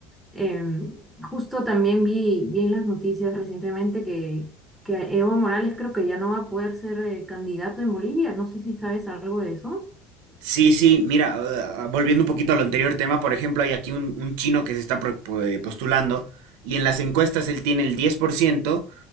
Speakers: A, in the centre; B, on the right.
A: Em, justo también vi, vi en las noticias recientemente que, que Evo Morales creo que ya no va a poder ser eh, candidato en Bolivia. No sé si sabes algo de eso.
B: Sí, sí, mira, ah, ah, volviendo un poquito al anterior tema, por ejemplo, hay aquí un, un chino que se está pro- po- eh, postulando y en las encuestas él tiene el 10%